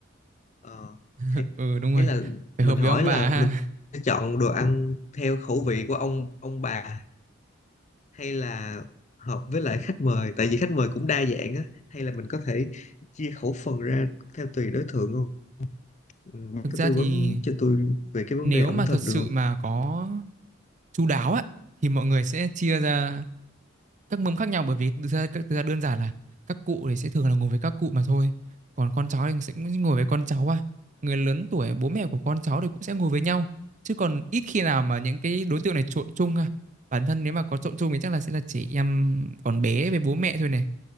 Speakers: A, on the left; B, on the right.
A: ờ,
B: ừ,
A: thì
B: ừ, đúng
A: ý
B: rồi,
A: là
B: phải
A: mình
B: hợp với
A: hỏi
B: ông bà
A: là
B: ha.
A: mình sẽ chọn đồ ăn theo khẩu vị của ông ông bà hay là hợp với lại khách mời tại vì khách mời cũng đa dạng á hay là mình có thể chia khẩu phần ra theo tùy đối tượng không Ừ, bạn
B: Thực
A: có
B: ra
A: tư
B: thì
A: vấn cho tôi về cái
B: nếu
A: vấn đề ẩm
B: mà thật
A: thực
B: sự
A: được không?
B: mà có chu đáo á, thì mọi người sẽ chia ra các mâm khác nhau bởi vì thực ra, thực ra đơn giản là các cụ thì sẽ thường là ngồi với các cụ mà thôi còn con cháu thì sẽ ngồi với con cháu à người lớn tuổi bố mẹ của con cháu thì cũng sẽ ngồi với nhau chứ còn ít khi nào mà những cái đối tượng này trộn chung à bản thân nếu mà có trộn chung thì chắc là sẽ là chị em còn bé với bố mẹ thôi này